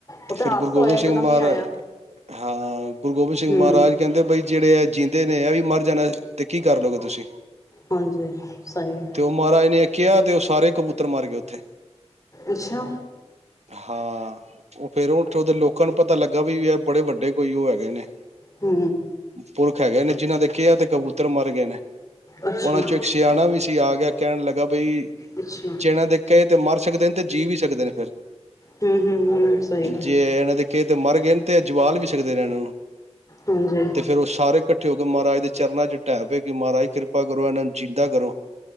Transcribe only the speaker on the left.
ਉਹ
ਹਾਦਸਾ
ਹੋਇਆ ਇੱਕਦਮ
ਹੀ ਆਇਆ
ਹੂੰ
ਹਾਂਜੀ, ਸਹੀ।
ਅੱਛਾ
ਹੂ,
ਅੱਛਾ
ਅੱਛਾ
ਹੂੰ ਹੂੰ ਹੂੰ ਸਹੀ
ਗੱਲ
ਹਾਂਜੀ